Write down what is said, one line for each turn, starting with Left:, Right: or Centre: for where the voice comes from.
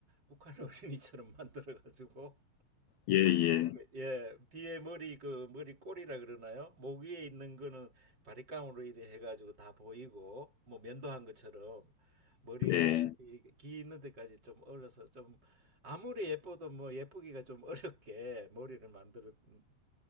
Right: 북한 어린이처럼 <laughs> 만들어 가지고
Left: 예, 예,
Right: 예, 뒤에 머리 그 머리 꼬리라 그러나요? 목 위에 있는 거는 바리깡으로 이래 해가지고 다 보이고 뭐 면도한 것처럼 머리
Left: 네.
Right: 귀 있는 데까지 좀 얼려서 좀 아무리 예뻐도 뭐 예쁘기가 좀 어렵게 머리를 만들었던